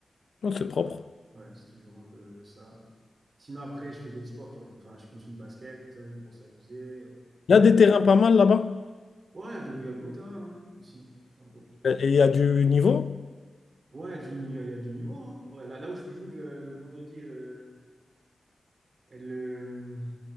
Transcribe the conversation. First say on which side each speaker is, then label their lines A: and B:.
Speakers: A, on the left; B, on the right.
A: Non, c'est propre.
B: Ouais, c'est toujours un peu ça. Sinon, après, je fais d'autres sports. Genre, enfin, je continue le basket euh, pour s'amuser. Je
A: Il y
B: vais
A: a des terrains pas mal là-bas.
B: Ouais, donc il y a beau terrain hein, ici, en gros.
A: Et il y a du niveau?
B: Ouais, du ni- il y a, il y a du niveau, hein, en vrai. Là, là où je joue le, le vendredi, euh, et le,